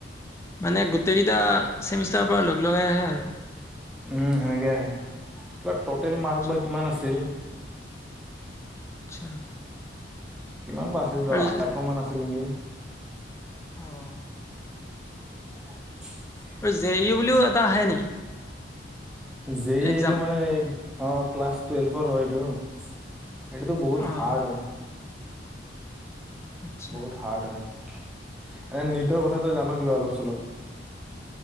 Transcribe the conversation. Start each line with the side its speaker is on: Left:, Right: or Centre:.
Left: মানে গোটেই কেইটা চেমিষ্টাৰৰ পৰা লগ লগাই আহে আৰু
Centre: উম সেনেকে আহে টটেল মাৰ্ক
Left: আচ্ছা
Centre: বা কিমান আছিল
Left: আচ্ছা
Centre: কিমান বা আছিল ৰ
Left: আৰু
Centre: আশ মান আছিল নেকি
Left: অ
Centre: <unintelligible>
Left: আৰু জে ইউ বুলিও এটা আহে নেকি
Centre: যেই
Left: এক্সাম?
Centre: এইটো মানে অ ক্লাছ টুৱেলভৰ হয় এইটো এইটোটো বহুত
Left: অ'।
Centre: হাৰ্ড হয়
Left: আচ্ছা
Centre: বহুত হাৰ্ড হয় এনে নিটৰ কথাটো জান কিবা অলপ চলপ